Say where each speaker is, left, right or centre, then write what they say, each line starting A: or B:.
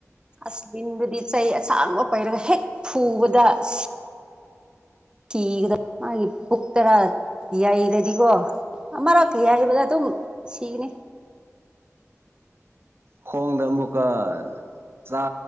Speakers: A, on the right; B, on the right.
A: ꯑꯁ ꯂꯤꯟꯕꯨꯗꯤ ꯆꯩ ꯑꯁꯥꯡꯕ ꯄꯩꯔꯒ ꯍꯦꯛ ꯐꯨꯕꯗ ꯁꯤ ꯊꯤꯒꯗ꯭ꯔ ꯃꯥꯒꯤ ꯄꯨꯛꯇꯔꯥ ꯌꯩꯔꯗꯤꯀꯣ ꯑꯃꯛ ꯌꯩꯕꯗ ꯑꯗꯨꯝ ꯁꯤꯒꯅꯤ
B: ꯈꯣꯡꯗ ꯃꯨꯛꯀ ꯆꯥ